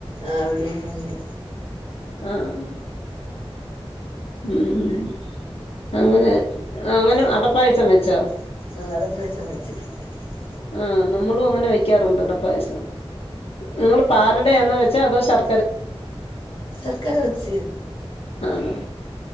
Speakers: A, on the left; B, on the left.
A: ആവിളി തന്നെ
B: ആഹ ഉം അങ്ങനെ അങ്ങനെ അടപ്പായസ വെച്ചോ
A: <unintelligible>
B: ആ നമ്മളും അങ്ങനെ വെക്കാറുണ്ട് അട പായസ നിങ്ങള് പാലടയാ വെച്ച അതോ ശർ
A: ർക്കര വച്ച
B: ആണോ